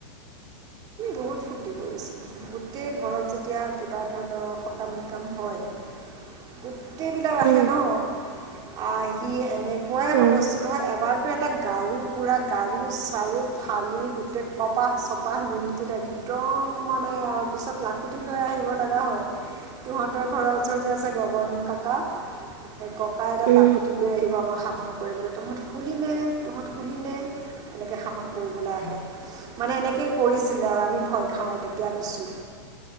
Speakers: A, on the right; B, on the right.
A: বহুত ফূৰ্তি কৰিছিলোঁ। গোটেই ঘৰত যেতিয়া কিবা ধৰণৰ সকাম নিকাম হয়, গোটেই বিলাক আহে
B: উম
A: ন আহ আহি এনেকুৱাই হুলস্থুল
B: অ
A: হয় এবাৰ টো এটা গাৰু পুৰা গাৰু চাৰু ফালি গোটেই কপাহ চপাহ ৰুমটোত একদম মানে আৰু পিছত লাখুটি লৈ আহিব লগা হয়। তহঁতৰ ঘৰৰ ওচৰততে আছে গগন কাকা, সেই ককাই এডাল
B: উম
A: লাখুঁটি লৈ আহিব আমাৰ শাসন কৰিবলৈ তহঁত খুলিনে তহঁত খুলিনে। এনেকৈ শাসন কৰিবলৈ আহে মানে এনেকেই কৰিছিলো আৰু আমি ভয় খাওঁ তেতিয়া নিছোঁ।